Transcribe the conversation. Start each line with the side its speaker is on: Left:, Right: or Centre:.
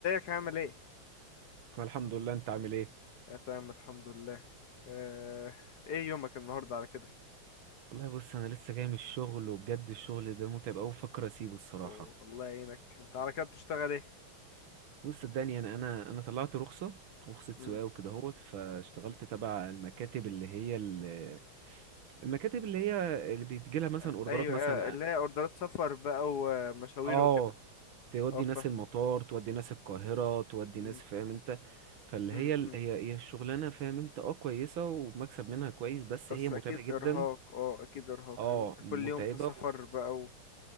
Left: ازيك عامل ايه؟
Right: انا الحمد لله انت عامل ايه
Left: آه تمام الحمد لله آه ايه يومك النهارده على كده؟
Right: والله بص انا لسه جاي من الشغل وبجد الشغل ده متعب قوي بفكر اسيبه الصراحه
Left: أوه، الله يعينك انت على كده بتشتغل ايه؟
Right: بص صدقني انا انا انا طلعت رخصه رخصه
Left: مم.
Right: سواقه وكده اهوت فاشتغلت تبع المكاتب اللي هي ال- المكاتب اللي هي اللي بيتجيلها مثلا
Left: آه
Right: اوردرات
Left: ايوه
Right: مثلا
Left: آه اللي هي اوردرات سفر بقى ومشاوير
Right: اه
Left: وكده
Right: تودي
Left: اه فاهمك
Right: ناس المطار تودي ناس القاهره تودي
Left: مم.
Right: ناس فاهم انت فاللي
Left: مم.
Right: هي ال-
Left: مم.
Right: هي هي الشغلانه فاهم انت اه كويسه ومكسب منها كويس بس
Left: بس
Right: هي متعبه
Left: اكيد
Right: جدا
Left: ارهاق اه اكيد ارهاق
Right: اه
Left: لان انت
Right: متعبه
Left: كل يوم في سفر بقى و...